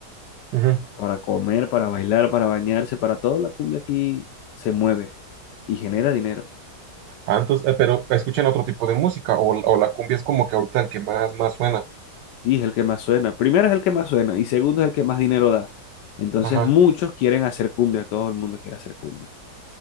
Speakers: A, on the right (about 80°); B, on the left (about 80°).
A: Ujú.
B: para comer, para bailar, para bañarse, para todo. La cumbia aquí se mueve y genera dinero.
A: Ah, entonces, eh, pero escuchan otro tipo de música o, o la cumbia es como que ahorita el que más, más suena.
B: Sí, es el que más suena. Primero es el que más suena y segundo es el que más dinero da. Entonces
A: Ajá,
B: muchos quieren hacer cumbia, todo el mundo quiere hacer cumbia.